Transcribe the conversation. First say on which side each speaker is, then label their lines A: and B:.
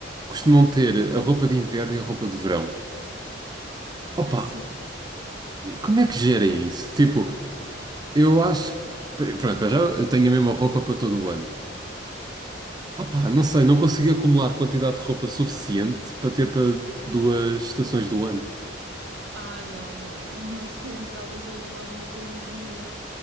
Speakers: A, on the right; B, on the right.
A: costumam ter a roupa de inverno e a roupa de verão. Opa,
B: é assim.
A: e como é que gerem isso? Tipo, eu acho que, pr- pronto, para já eu tenho a mesma roupa para todo o ano. Opa, não sei, não consigo acumular quantidade de roupa suficiente para ter para duas estações do ano.
B: Ah, não, não. <laughs> Nós temos, talvez seja mais uma coisa de mulher,